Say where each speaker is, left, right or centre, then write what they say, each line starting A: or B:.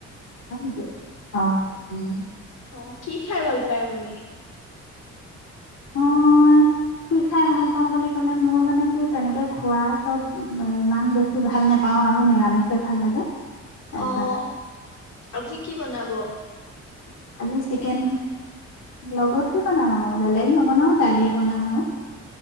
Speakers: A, on the left (about 55°); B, on the left (about 75°).
A: হয় নেকি অ', উম।
B: অ', কি খাই ভাল পাই আপুনি?
A: অ', ই কি খাই ভাল পাওঁ বুলি ক'লে মোৰ মানে কি তেনেকে খোৱা চব ইমান বেছি ভাল নোপাওঁ আৰু নিৰামিষে ভাল লাগে। তাৰপিছত
B: অ', আজি কি বনাব? ব
A: আজি চিকেন লগত কি বনাম আৰু বেলেগ নবনাও দালি বনাম আৰু।